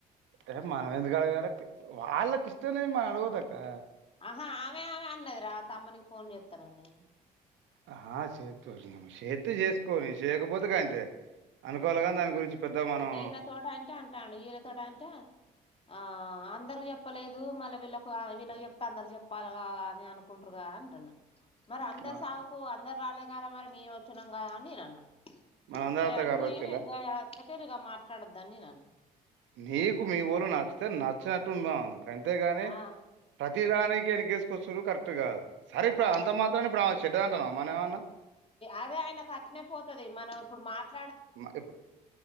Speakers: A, on the right; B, on the left.
A: ఏహే మనమెందుకు అడుగలే వాళ్ళకి ఇష్టం లేనిది మనం ఏడుగొదక్కా
B: ఆహా ఆమె ఆమె అన్నది రా తమ్మునిక్ ఫోన్ చెతాననీ
A: ఆహ చేతు చేతే చేసుకోని చేయకపోతే గంతే అనుకోవాలి
B: అంతే
A: కానీ దాని గురించి పెద్ద మనం
B: అయితే ఈన తోటీ అంటే అంటాడు ఈన తోటీ అంటే ఆ అన్ అందరికి చెప్పలేదు మళ్ళ వీళ్ళకు వీళ్ళకి చెప్తే అందరికి చెప్పాలేకదా అని అనుకుంటారుగా అంటుండు మరి అందరి
A: మ-
B: సావుకు అందరు రాలే కదా మరి మీము వచ్చినం గదా అనీ నినన్నా
A: మన అందరత్త
B: గాయన్ని
A: గారు వచ్చేలా
B: గా అతిక తెలివిగా మాట్లాడోద్ దని నీనన్న
A: నీకు మీ ఒళ్ళు నచ్చితే నచ్చినట్టు ఉండమను గన్ తేగాని
B: ఆ
A: ప్రతిదానికి ఎనకేస్ కొచ్చుడు కరెక్ట్ కాదు సరే ఇప్పుడు
B: ఆ
A: అంత మాత్రన ఎప్పుడు ఆమె వ్ చెడ్డదంటనమ మనమెమన్నా
B: అదే ఆయన కట్టనే పోతది మనం ఇప్పుడు మాట్లా
A: మా ఇప్